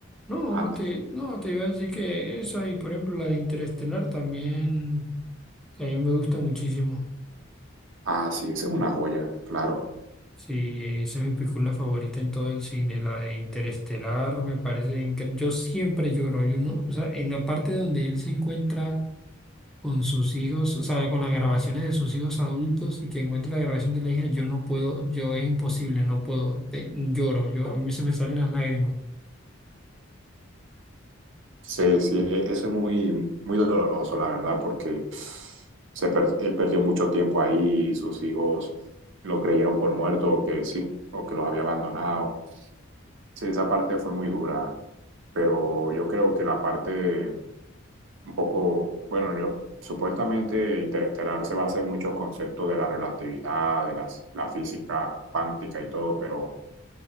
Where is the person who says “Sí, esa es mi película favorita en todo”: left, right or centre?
Centre